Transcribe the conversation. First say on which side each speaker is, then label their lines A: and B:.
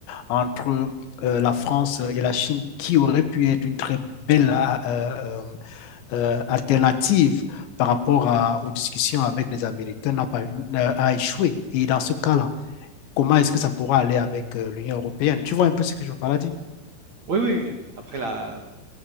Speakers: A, on the left (about 70°); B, on the right (about 45°).
A: entre euh, la France et la Chine, qui aurait pu être une très belle euh, euh, euh, alternative par rapport à- aux discussions avec les Américains, n'a pas, n'a- a échoué? Et dans ce cas-là, comment est-ce que ça pourra aller avec euh, l'Union européenne? Tu vois un peu ce que je veux par là dire?
B: Oui, oui, oui. Après, la,